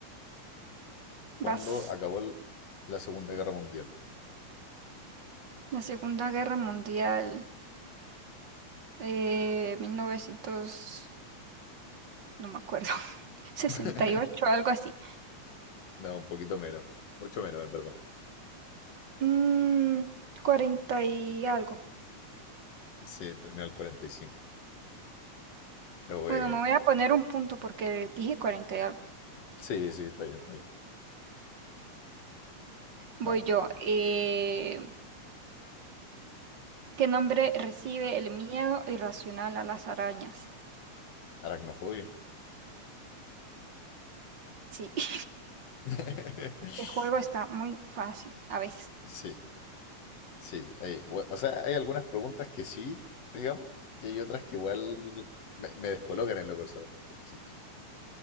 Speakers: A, on the left; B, on the right.
A: ¿Cuándo
B: Vas,
A: acabó el- la Segunda Guerra Mundial?
B: la Segunda Guerra Mundial, eh, 1900, no me acuerdo, <laughs> sesenta
A: <laughs>
B: y ocho, algo así.
A: No, un poquito menos. Mucho menos, en verdad.
B: Mm, 40 y algo.
A: Sí, terminó el 45. Pero bueno.
B: Bueno, me voy a poner un punto porque dije 40 y algo.
A: Sí, sí, está bien, está bien.
B: Voy
A: Vamos.
B: yo. Eh, ¿qué nombre recibe el miedo irracional a las arañas?
A: Aracnofobia.
B: Sí. <laughs>
A: <laughs>
B: Este juego está muy fácil. A veces
A: Sí, sí. hay- bu- o sea, hay algunas preguntas que sí, digamos, y hay otras que igual me, me descolocan en lo personal un poco. Así que,